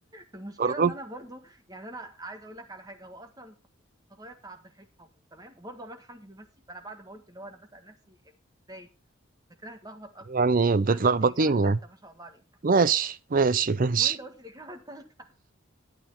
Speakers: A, on the right; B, on the right.
A: المشكله
B: برضه
A: ان انا برضو يعني انا عايزه اقول لك على حاجه هو اصلا خطايا بتاع عبد الحليم حافظ تمام وبرضه عماد حمدي بيمثل فانا بعد ما قلت اللي هو انا بسأل نفسي يعني ازاي فكرة هتلخبط اكتر
B: يعني بتلخبطيني
A: فانت قلت الاجابه الثالثه
B: يعني.
A: ما شاء الله عليك
B: ماشي ماشي ماشي
A: وانت قلت الاجابه الثالثه